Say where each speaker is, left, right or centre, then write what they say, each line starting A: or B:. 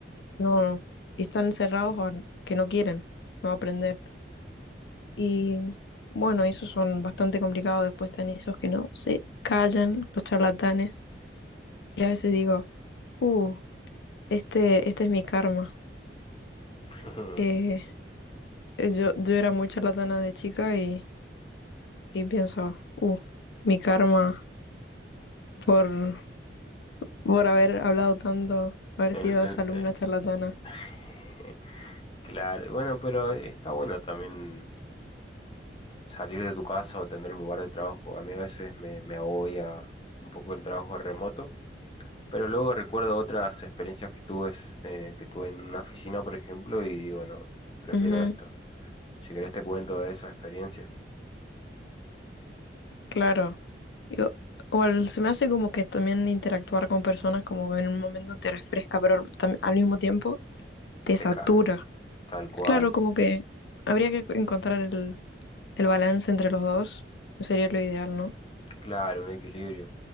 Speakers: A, on the left; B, on the left.
A: no, y están cerrados a que no quieren, no aprender. Y bueno, esos son bastante complicados, después están esos que no se callan, los charlatanes Y a veces digo, uh, este, este es mi karma.
B: <laughs>
A: Eh, eh, yo, yo era muy charlatana de chica y, y pienso, uh, mi karma por, por haber hablado tanto, haber
B: El-
A: sido
B: el-
A: esa alumna
B: eh,
A: charlatana.
B: <sighs> <laughs> claro, bueno, pero está bueno también salir de tu casa o tener un lugar de trabajo. A mí a veces me, me agobia un poco el trabajo remoto, pero luego recuerdo otras experiencias que tuve, eh, que tuve en una oficina, por ejemplo, y digo, no, prefiero
A: Ujú,
B: esto. Si querés te cuento de esa experiencia,
A: claro. Yo- o al- se me hace como que también interactuar con personas como que en un momento te refresca, pero tam- al mismo tiempo te
B: te
A: satura.
B: cae, tal cual,
A: Claro, como que habría que encontrar el, el balance entre los dos. Sería lo ideal, ¿no?
B: claro, un equilibrio.